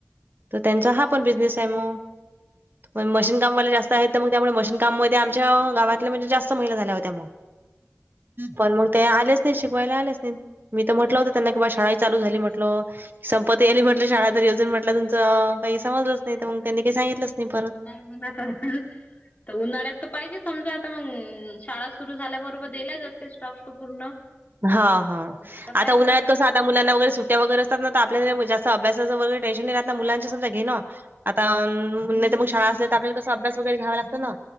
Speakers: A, on the right; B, on the left.
A: तर त्यांचा हा पण बिझनेस आहे म. पण मशीन
B: चांगलं
A: कामवाले
B: आहे.
A: जास्त आहेत मग त्यामुळे मशीन काममध्ये आमच्या गावातल्या म्हणजे जास्त महिला झाल्या होत्या म पण मग ते आलेच नाही शिकवायला आलेच नाही मी तर म्हटलं होतं त्यांना की बाय शाळा ही चालू झाली म्हटलं संपत्ती आली म्हटलं शाळा घरी अजून म्हटलं तुमचा काही समजलंच नाही तर मंग त्यांनी काही सांगितलंच नाही परत.
B: <unintelligible> आता उन्हाळ्यात तर पाहिजे समजा आता मंग शाळा सुरू झाल्याबरोबर दिला जात ते स्टॉक पूर्ण?
A: हा हा
B: पाहिजे
A: आता उन्हाळ्यात
B: असं
A: कसं आ आता मुलांना वगैर सुट्टया वगैरे असतात ना तर आपल्या जास्त अभ्यासाचा वगैरे टेशन नाही राहत ना मुलांचा समज घेणं आता अम्म नाही तर मंग शाळा असले तर आपल्याला तसं अभ्यास वगैरे घ्यावा लागतं ना.